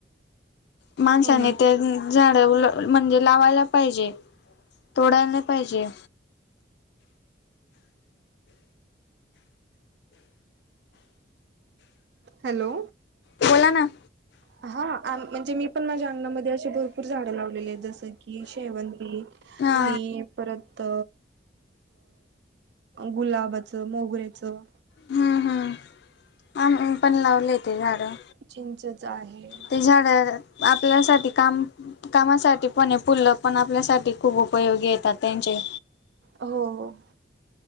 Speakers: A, on the left (about 65°); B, on the right (about 65°).
A: माणसाने
B: हो ना
A: तेन झाड म्हणजे लावायला पाहिजे, तोडायला नाही पाहिजे.
B: हॅलो.
A: बोला ना.
B: <unintelligible> हा म्हणजे मी पण माझ्या अंगणामध्ये असशी भरपूर झाडं लावलेली आहेत. जसं की शेवंती,
A: हा
B: आणि. परत गुलाबाचं, मोगऱेचं
A: हम्म हम्म आम्ही पण लावून देतोय झाडं,
B: चिंचच आहे
A: ते झाड आपल्यासाठी काम कामासाठी पण फुलं पण आपल्यासाठी खूप उपयोगी येतात त्यांचे.
B: हो.